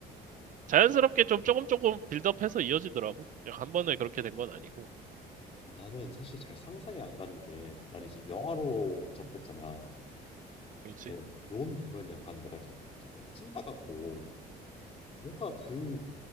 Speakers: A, on the right; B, on the left.
A: 자연스럽게 좀 조금 조금 빌드업해서 이어지더라고. 그냥 한 번에 그렇게 된 건 아니고.
B: 아, 나는 사실 잘 상상이 안 가는 게 난 이제 영화로 접했잖아.
A: 그렇지.
B: 근데 론 보면 약간 뭐랄까 약간 찐따 같고 뭔가 그